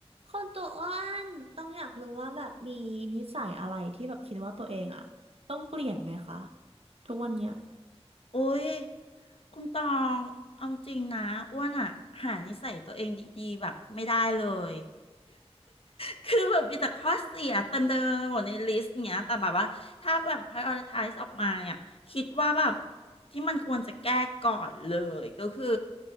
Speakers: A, on the right (about 65°); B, on the left (about 60°).
A: คนตัวอ้วนต้องอยากรู้ว่าแบบมีนิสัยอะไรที่แบบคิดว่าตัวเองอะต้องเปลี่ยนไหมคะทุกวันเนี้ย
B: โอ้ย คุณตอง เอาจริงนะอ้วนอะหานิสัยตัวเองดีๆแบบไม่ได้เลย <laughs> คือแบบมีแต่ข้อเสียเต็มเต็มไปหมดในลิสต์อย่างเงี้ยแต่แบบว่าถ้าแบบ prioritize ออกมาอ่ะคิดว่าแบบที่มันควรจะแก้ก่อนเลยก็คือ